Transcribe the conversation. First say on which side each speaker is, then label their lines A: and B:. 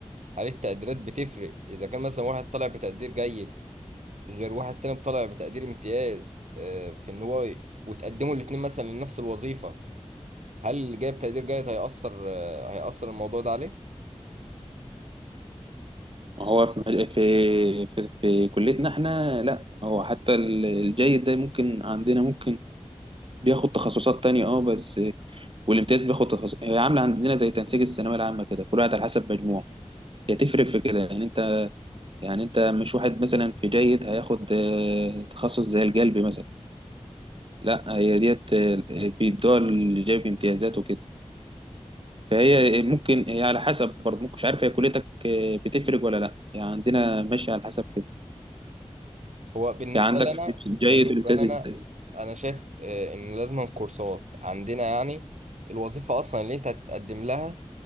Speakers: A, on the right; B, on the right.
A: هل التقديرات بتفرق اذا كان مثلا واحد طالع بتقدير جيد غير واحد تاني طالع بتقدير امتياز آه، في ان هو ي- وتقدموا الاتنين مثلا لنفس الوظيفة هل جايب تقدير جيد هيأثر آه، هيأثر الموضوع ده عليه
B: هو في في في, في كليتنا احنا لا هو حتى ال- الجيد ده ممكن عندنا ممكن بياخد تخصصات تانية اه بس والامتياز بياخد تخصص هي عاملة عندنا زي تنسيق الثانوية العامة كده كل واحد على حسب مجموعه هي تفرق في كده يعني انت يعني انت مش واحد مثلا في جيد هياخد آه، تخصص زي القلب مثلا لا هي ديت آه، بيدوها اللي جايب امتيازات وكده فهي ممكن هي على حسب برضه ممكن مش عارف هي كليتك آه، بتفرق ولا لا يعني عندنا ماشي على حسب كده
A: هو بالنسبة
B: يعني عندك
A: لي أنا
B: في في بداية
A: بالنسبة
B: الامتياز
A: لي أنا
B: التاني.
A: أنا شايف آه، إن لازم كورسات عندنا يعني الوظيفة أصلا اللي أنت هتتقدم لها